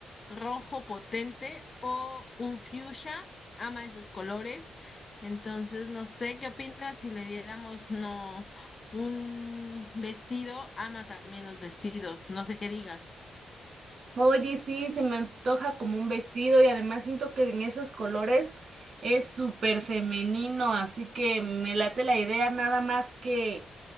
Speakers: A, on the left (about 35°); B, on the right (about 55°).
A: rojo potente o un fuchsia, ama esos colores. Entonces, no sé, ¿qué opinas si le diéramos, no, un vestido, ama también los vestidos, no sé qué digas.
B: Oye, sí, se me antoja como un vestido y además siento que en esos colores es súper femenino, así que me late la idea nada más que